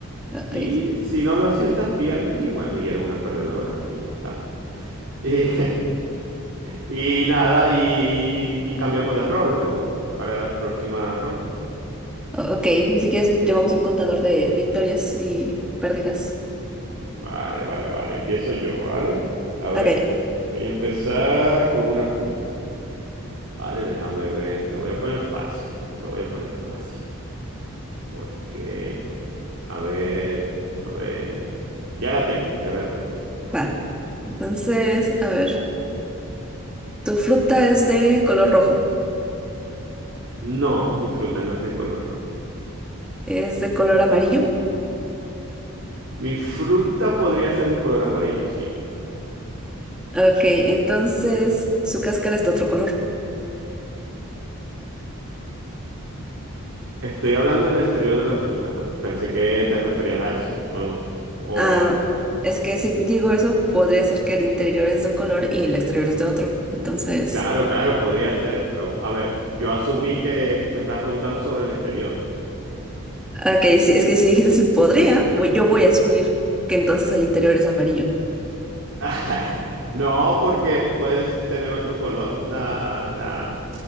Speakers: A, in the centre; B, on the right.
A: Ok,
B: Y si no lo aciertas, pierdes, y bueno, y eres una perdedora, y ya está. Y, <laughs> y nada, y, y cambiamos de rol luego para la próxima ronda.
A: o- ok, si quieres llevamos un contador de victorias y pérdidas.
B: Vale, vale, vale, empiezo yo, ¿vale? A ver,
A: Ok,
B: voy a empezar con una fruta, ¿vale? Déjame ver, te lo voy a poner fácil, te lo voy a poner fácil, porque A ver, a ver. Ya la tengo, ya la tengo. Ya.
A: va. Entonces, a ver, tu fruta es de color rojo,
B: No, mi fruta no es de color rojo.
A: es de color amarillo.
B: Mi fruta podría ser de color amarillo, sí.
A: Ok, entonces su cáscara es de otro color.
B: Estoy hablando del exterior de la fruta, ¿no? Pensé que te referías a eso, ¿no? O
A: Ah,
B: es...
A: es que si digo eso, podría ser que el interior es de un color y el exterior es de otro. Entonces...
B: Claro, claro, podría ser, pero a ver, yo asumí que me estabas preguntando sobre el exterior.
A: Ah, Ok, sí, es que si dijiste si podría, voy- yo voy a asumir que entonces el interior es amarillo.
B: <laughs> No, porque puedes tener otro color, la, la,